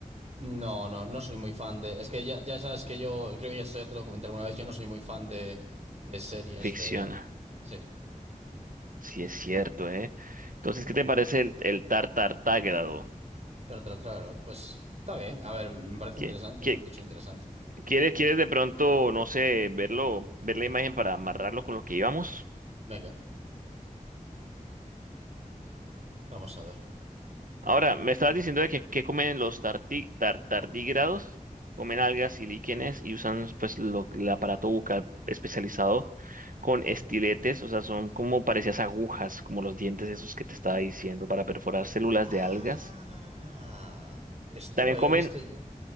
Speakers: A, on the right; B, on the right.
A: No, no, no soy muy fan de. Es que ya, ya sabes que yo, creo que ya, esto ya te lo comenté alguna vez, yo no soy muy fan de, de series
B: Ficción,
A: de. Sí.
B: sí es cierto, ¿eh? Entonces, ¿qué te parece el, el tartartágrado?
A: Tr- tr- trágalo. Pues está bien. A ver, me parece
B: ¿Qué,
A: interesante,
B: qué,
A: es un bicho interesante.
B: quieres, quieres de pronto, no sé, verlo, ver la imagen para amarrarlo con lo que íbamos?
A: Venga, vamos a ver.
B: Ahora, me estabas diciendo de que, que comen los tarti- tar- tardígrados, comen algas y líquenes y usan pues lo- el aparato bucal especializado con estiletes, o sea, son como parecías agujas, como los dientes esos que te estaba diciendo, para perforar células
A: Ah,
B: de algas.
A: esto
B: También
A: lo había
B: comen,
A: visto yo.